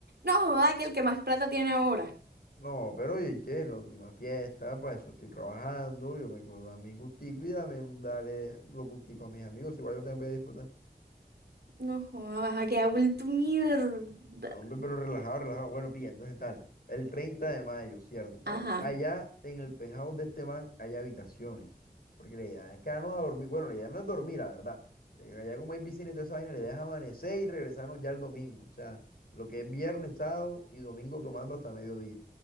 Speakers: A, on the right (about 85°); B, on the left (about 65°).
A: No joda que el que más plata tiene ahora.
B: No, pero oye, che, es la última fiesta, pues eso estoy trabajando, yo me puedo dar mi gustico y dame, darle los gusticos a mis amigos, igual yo también voy a disfrutar.
A: No joda, vas a quedar vuelto mierda.
B: No, Hombre, pero relajado, relajado. Bueno, pilla, entonces tal, el 30 de mayo, cierto, tal.
A: Ajá.
B: Allá en el penthouse de este man hay habitaciones, porque la idea es quedarnos a dormir, bueno, la idea no es dormir, la verdad. Eh, Allá como hay piscina y toda esa vaina, la idea es amanecer y regresarnos ya el domingo, o sea, lo que es viernes, sábado y domingo tomando hasta mediodía.